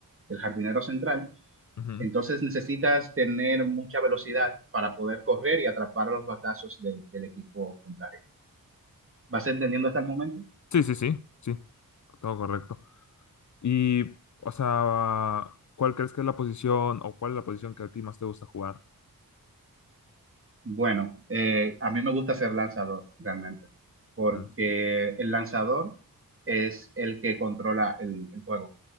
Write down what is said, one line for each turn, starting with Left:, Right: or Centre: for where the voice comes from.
Right: el jardinero central,
Left: ujú.
Right: entonces necesitas tener mucha velocidad para poder correr y atrapar a los batazos del, del equipo contrario. ¿Vas entendiendo hasta el momento?
Left: Sí, sí, sí, sí, todo correcto. Y, o sea, ¿cuál crees que es la posición o cuál es la posición que a ti más te gusta jugar?
Right: Bueno, eh, a mí me gusta ser lanzador realmente, porque
Left: Lanzador.
Right: el lanzador es el que controla el, el juego.